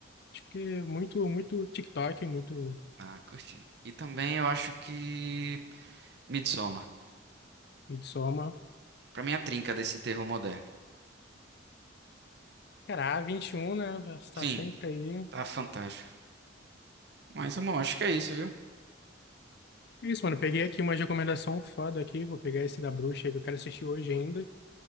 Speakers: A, on the left; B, on the right.
A: Acho que muito, muito TikTok, muito
B: Ah, curti. E também eu acho que. Midsommar.
A: Midsommar.
B: Pra mim, é a trinca desse terror moderno.
A: Cara, a vinte e um né? Já está
B: Sim,
A: sempre aí.
B: tá fantástico. Mas, bom, acho que é isso, viu?
A: É Isso, mano. Peguei aqui uma recomendação foda aqui. Vou pegar esse da Bruxa aí que eu quero assistir hoje ainda.